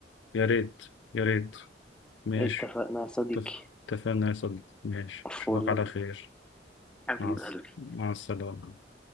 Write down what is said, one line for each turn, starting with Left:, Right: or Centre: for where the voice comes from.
Left: يا ريت يا ريت ماشي
Centre: اتفقنا يا صديقي
Left: اتف- اتفقنا يا صديقي ماشي
Centre: فول
Left: اشوفك على خير
Centre: حبيبي
Left: مع الس- مع السلامة